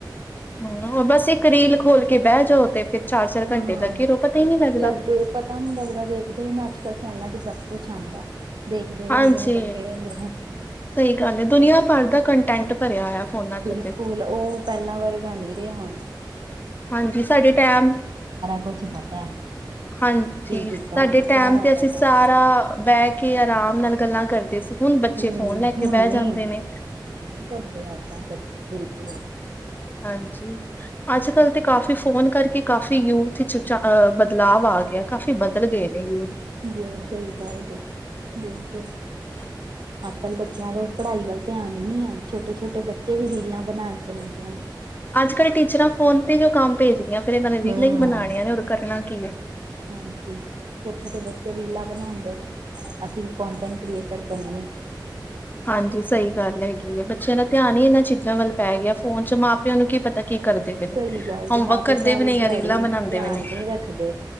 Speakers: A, on the left; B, on the right.
A: ਹਮ, ਬਸ ਇੱਕ ਰੀਲ ਖੋਲ ਕੇ ਬਹਿ ਜਾਓ ਤੇ ਫਿਰ ਚਾਰ-ਚਾਰ
B: ਹਾਂ।
A: ਘੰਟੇ ਲੱਗੇ ਰਹੋ ਪਤਾ ਹੀ ਨਹੀਂ ਲੱਗਦਾ।
B: ਲੱਗੇ ਪਤਾ ਨਹੀਂ ਲੱਗਦਾ ਵੇਖਦੇ ਨਾ ਅੱਜ ਕੱਲ ਫੋਨਾਂ ਚ ਸਭ ਕੁਛ ਆਉਂਦਾ ਦੇਖਦੇ ਰਹਿੰਦੇ
A: ਹਾਂਜੀ,
B: ਨੇ ਲੱਗੇ ਰਹਿੰਦੇ ਨੇ
A: ਸਹੀ ਗੱਲ ਹੈ। ਦੁਨੀਆਂ ਭਰਦਾ ਕੰਟੈਂਟ ਭਰਿਆ ਹੋਇਆ ਫੋਨਾਂ ਚ
B: ਬਿਲਕੁਲ
A: ਤੇ
B: ਉਹ ਪਹਿਲਾਂ ਵਰਗਾ ਨੀ ਰਿਹਾਆਉਣ
A: ਹਾਂਜੀ। ਸਾਡੇ ਟੈਮ,
B: ਕੁਛ ਪਤਾ ਹੈ
A: ਹਾਂਜੀ,
B: ਕੀ ਕਿੱਦਾਂ
A: ਸਾਡੇ
B: ਹੁੰਦਾ
A: ਟੈਮ
B: ਸਾਰਾ
A: ਤੇ ਅਸੀਂ
B: ਪਤਾ
A: ਸਾਰਾ
B: ਹੈ
A: ਬਹਿ ਕੇ ਆਰਾਮ ਨਾਲ ਗੱਲਾਂ ਕਰਦੇ ਸੀ। ਹੁਣ ਬੱਚੇ
B: ਹਮ।
A: ਫੋਨ ਲੈ
B: ਹੁਣ,
A: ਕੇ ਬਹਿ ਜਾਂਦੇ ਨੇ
B: ਹੁਣ ਨੀ ਕਰਦੇ ਏਦਾਂ ਬੱਚੇ ਬਿਲਕੁਲ <unintelligible>
A: ਹਾਂਜੀ। ਅੱਜ ਕੱਲ੍ਹ ਤੇ ਕਾਫ਼ੀ ਫੋਨ ਕਰਕੇ ਕਾਫ਼ੀ ਯੂਥ ਚ ਬਦਲਾਵ ਆ ਗਿਆ। ਕਾਫ਼ੀ ਬਦਲ ਗਏ ਨੇ ਯੂਥ
B: ਜੀ, ਸਹੀ ਗੱਲ ਜੇ ਬਿਲਕੁਲ
A: <unintelligible>
B: ਅੱਜ ਕੱਲ੍ਹ ਬੱਚਿਆਂ ਦਾ ਪੜ੍ਹਾਈ ਵੱਲ ਧਿਆਨ ਹੀ ਨਹੀਂ ਹੈ। ਛੋਟੇ- ਛੋਟੇ ਬੱਚੇ ਵੀ ਰੀਲਾਂ ਬਣਾਉਣ ਚ ਲੱਗੇ ਨੇ
A: ਅੱਜ ਕਲ ਟੀਚਰਾਂ ਫੋਨ ਤੇ ਜੋ ਕੰਮ ਭੇਜਦੀਆਂ। ਫਿਰ ਇਹਨਾਂ ਨੇ ਰੀਲਾਂ
B: ਹਮ
A: ਹੀ ਬਣਾਣੀਆਂ ਨੇ ਹੋਰ ਕਰਨਾ ਕੀ ਹੈ।
B: <unintelligible> ਛੋਟੇ -ਛੋਟੇ ਬੱਚੇ ਰੀਲਾਂ ਬਣਾਉਂਦੇ ਨੇ, ਅਸੀਂ ਵੀ ਕੋਂਟੈਂਟ ਕ੍ਰੀਏਟਰ ਬਣਨੀ।
A: ਹਾਂਜੀ। ਸਹੀ ਗੱਲ ਹੈਗੀ ਹੈ ਬੱਚਿਆਂ ਦਾ ਧਿਆਨ ਹੀ ਇਹਨਾਂ ਚੀਜ਼ਾਂ ਵੱਲ ਪੈ ਗਿਆ ਫੋਨ ਚ ਮਾਂ -ਪਿਓ ਨੂੰ ਕੀ ਪਤਾ ਕੀ ਕਰਦੇ ਪਏ ਨੇ
B: ਸਹੀ ਗੱਲ
A: ਹੋਮਵਰਕ
B: ਜ ਮਾਂ -ਪਿਓ
A: ਕਰਦੇ
B: ਸਾਰੀ
A: ਵੀ ਨੇ
B: ਦਿਹਾੜੀ
A: ਜਾਂ ਰੀਲਾਂ ਬਣਾਉਂਦੇ
B: ਧਿਆਨ
A: ਵੀ ਨੇ
B: ਨਹੀਂ ਰੱਖਦੇ।